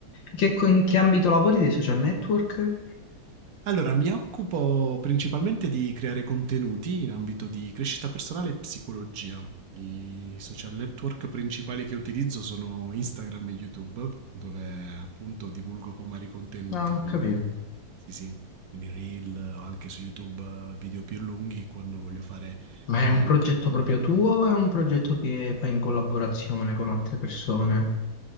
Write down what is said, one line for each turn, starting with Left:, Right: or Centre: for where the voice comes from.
Left: che, co- in che ambito lavori dei social network?
Right: Allora, mi occupo principalmente di creare contenuti in ambito di crescita personale e psicologia. I social network principali che utilizzo sono Instagram e YouTube, dove appunto divulgo con vari contenuti,
Left: Ah,
Right: quindi
Left: ho capito.
Right: sì, sì, quindi reel o anche su YouTube eh, video più lunghi quando voglio fare
Left: Ma
Right: eh,
Left: è un progetto proprio tuo o è un progetto che fai in collaborazione con altre persone?